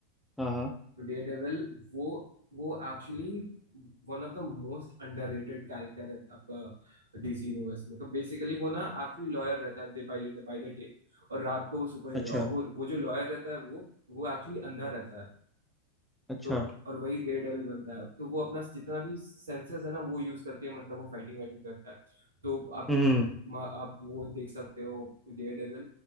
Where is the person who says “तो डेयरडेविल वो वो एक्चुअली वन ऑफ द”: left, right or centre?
Right